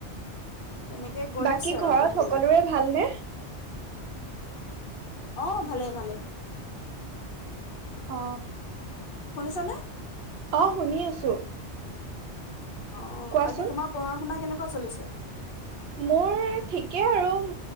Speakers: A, on the left; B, on the right.
A: তেনেকে গৈ
B: বাকী
A: আছে আৰু
B: ঘৰত
A: দিনবিলাক
B: সকলোৰে ভালনে
A: অ' ভালে ভালে
B: অ
A: শুনিছ নে
B: অ' শুনি আছো
A: অ'
B: কোৱাচোন
A: বাকী তোমাৰ পঢ়া শুনা কেনেকুৱা কেনেকুৱা চলিছে,
B: মোৰ ঠিকেই আৰু